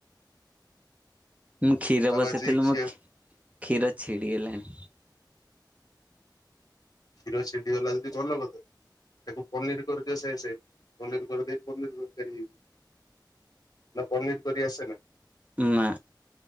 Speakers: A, on the right (about 20°); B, on the left (about 50°).
A: ମୁଁ କ୍ଷୀର
B: ଆଉ
A: ବସେଇଥିଲି
B: ଆଜି ଖିଆ
A: ମୋ ଖି କ୍ଷୀର ଛିଡିଗଲାଣି।
B: କ୍ଷୀର ଛିଡି ଗଲା ଯଦି ଭଲ କଥା। ତାକୁ ପନିର କରିଦିଅ ସେଇ ସେମ ପନିର କରିଦେଇ ପନିର ତରକାରୀ ହେଇଯି ନା ପନିର କରି ଆସେ ନା।
A: ନା।